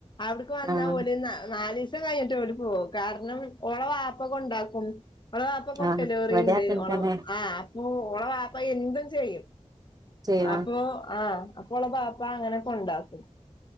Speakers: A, on the left; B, on the right.
A: അവിട്ക്ക് വന്നാ
B: ആഹ്
A: ഓല് ന്നാ നാലീസം കഴിഞ്ഞിട്ടെ ഓല് ഓ കാരണം ഓള വാപ്പക്കെണ്ടാക്കും ഓളവാപ്പ കൊട്ടലോറിണ്ട്
B: ആഹ് ഇവിടെ അങ്ങൻ
A: ഓള
B: തന്നെ
A: ആ അപ്പൊ ഓളവാപ്പ എന്തും ചെയ്യും
B: ചെയ്യണം
A: അപ്പോ ആ അപ്പോളെ ബാപ്പ അങ്ങനാണ്ട് കൊണ്ടാക്കും